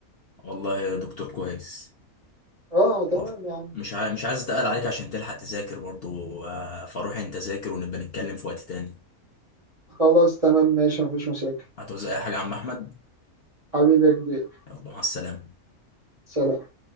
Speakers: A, on the left; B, on the right.
A: والله يا دكتور كويس
B: اه تمام
A: برضو
B: يعني
A: مش عاي... مش عايز اتقل عليك عشان تلحق تذاكر برضو آه، فروح انت ذاكر ونبقى نتكلم في وقت تاني
B: خلاص تمام ماشي مفيش مشاكل
A: هتعوز اي حاجه يا عم احمد
B: حبيبي يا كبير
A: يلا مع السلامه
B: سلام